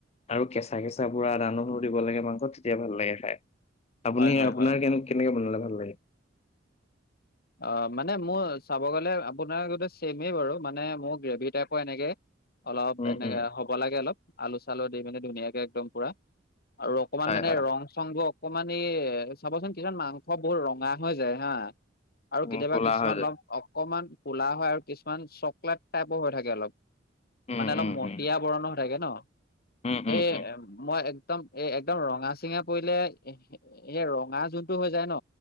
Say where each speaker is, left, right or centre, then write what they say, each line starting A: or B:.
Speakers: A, on the left; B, on the left.
A: আৰু কেঁচা কেঁচা বুৰা আদা, নহৰু দিব লাগে মাংসত, তেতিয়া ভাল লাগে খাই। আপুনি
B: হয় হয়
A: আপোনাৰ
B: হয়।
A: কেনেকে বনালে ভাল লাগে।
B: অ', মানে মোৰ চাব গ'লে, আপোনাৰগতে ছেমেই বাৰু! মানে মোৰ গ্ৰেভি টাইপৰ এনেকেই- অলপ
A: উম
B: এনেকে
A: উম
B: হ'ব লাগে, অলপ আলু চালু দি পিনে ধুনীয়াকে একদম পুৰা- আৰু অকমান
A: হয়
B: মানে
A: হয়
B: ৰং চংটো অকমান এই চাবচোন, কিছুমান মাংস বহুত ৰঙা হৈ যায় হা। আৰু
A: উম
B: কেতিয়াবা
A: ক'লা
B: কিছুমান
A: হয় যে
B: অলপ অকমান ক'লা হয় আৰু কিছুমান চকলেট টাইপৰ হৈ থাকে অলপ।
A: উম
B: মানে অলপ
A: উম
B: মতিয়া
A: উম
B: বৰণৰ হৈ থাকে ন?
A: উম উম
B: এ
A: উম
B: মই একদম, এ একদম ৰঙা চিঙা পৰিলে। এ ৰঙা যোনটো হৈ যায় ন,